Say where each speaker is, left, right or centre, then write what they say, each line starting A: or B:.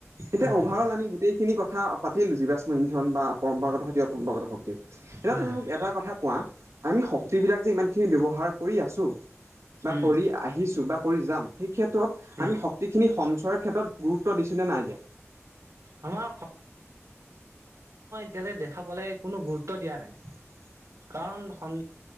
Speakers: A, on the right; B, on the right.
A: এতিয়া
B: হয়
A: অভাৰ
B: হয়
A: অল আমি গোটেইখিনি কথা পাতিলো জীৱাশ্ম ইন্ধন বা পৰম্পৰাগত শক্তি অপৰম্পৰাগত শক্তি। এতিয়া
B: হয়
A: তুমি
B: হয়
A: মোক এটা কথা কোৱা আমি শক্তি বিলাক যে ইমান খিনি ব্যৱহাৰ কৰি আছো। বা
B: উম
A: কৰি আহিছো বা কৰি যাম সেই ক্ষেত্ৰত
B: উম
A: আমি শক্তিখিনি সঞ্চয়ৰ ক্ষেত্ৰত গুৰুত্ব ত দিছোনে নাই দিয়া।
B: আমাৰ এতিয়ালে দেখা পোৱালে কোনো গুৰুত্ব দিয়া নাই। কাৰণ <unintelligible>